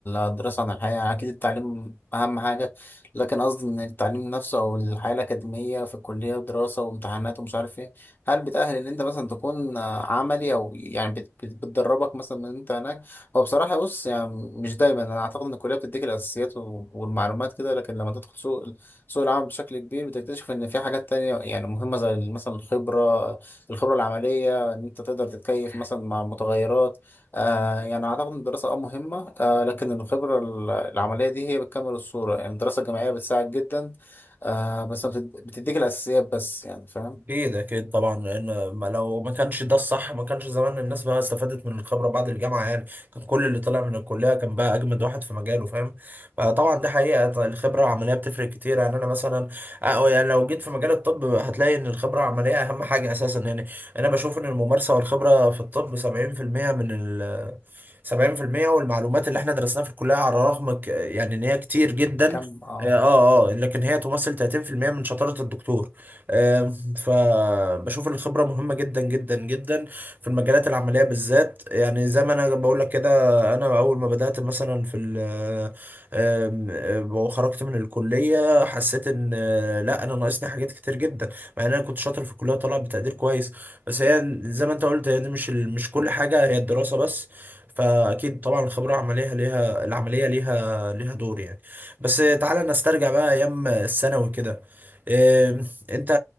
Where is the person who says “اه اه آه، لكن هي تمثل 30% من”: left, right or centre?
Right